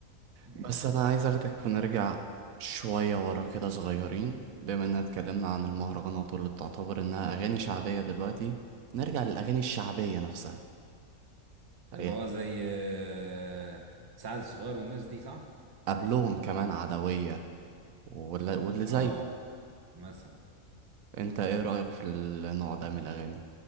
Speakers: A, on the right; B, on the right.
A: مم.
B: بس انا عايز اخدك ونرجع شوية ورا كده صغيرين بما اننا اتكلمنا عن المهرجانات واللي بتعتبر انها اغاني شعبية دلوقتي نرجع للاغاني الشعبية نفسها
A: اللي
B: هي
A: هو زي آه، سعد الصغير والناس دي صح
B: قبلهم كمان عدوية ولا- واللي زيه
A: اه مثلا
B: انت ايه رأيك في النوع ده من الاغاني